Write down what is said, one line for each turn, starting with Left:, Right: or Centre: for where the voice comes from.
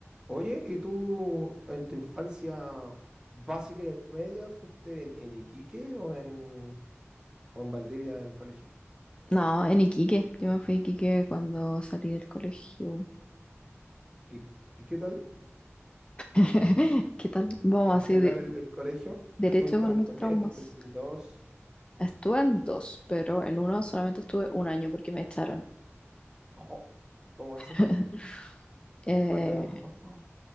Right: Oye, ¿y tú en tu infancia básica y media fuiste en, en Iquique o en, o en Valdivia en colegio?
Left: No, en Iquique. Yo me fui a Iquique cuando salí del colegio.
Right: ¿Y, y qué tal?
Left: <laughs> ¿Qué tal? Vamos
Right: En
Left: así,
Right: general
Left: de-
Right: el, el colegio,
Left: derecho
Right: ¿estuviste
Left: con
Right: en un
Left: los
Right: colegio,
Left: traumas.
Right: estuviste en dos?
Left: Estuve en dos, pero en uno solamente estuve un año porque me echaron.
Right: Ojo, ¿cómo
Left: <laughs>
Right: eso?
Left: Eh,
Right: Cuéntame más, por favor.